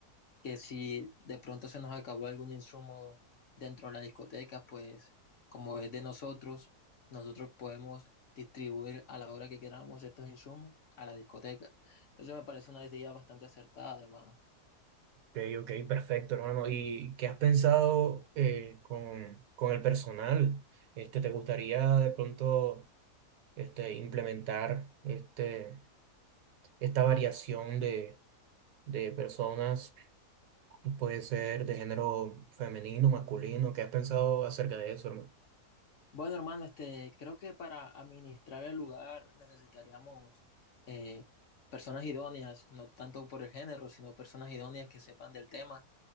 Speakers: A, on the left; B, on the right.
A: Que si de pronto se nos acabó algún insumo dentro de la discoteca, pues como es de nosotros, nosotros podemos distribuir a la hora que queramos estos insumos a la discoteca. Entonces me parece una idea bastante acertada, hermano.
B: Ok, ok, perfecto, hermano. ¿Y qué has pensado eh, con, con el personal? Este, ¿te gustaría de pronto este, implementar este, esta variación de, de personas? Puede ser de género femenino, masculino. ¿Qué has pensado acerca de eso, hermano?
A: Bueno, hermano, este, creo que para administrar el lugar necesitaríamos eh, personas idóneas, no tanto por el género, sino personas idóneas que sepan del tema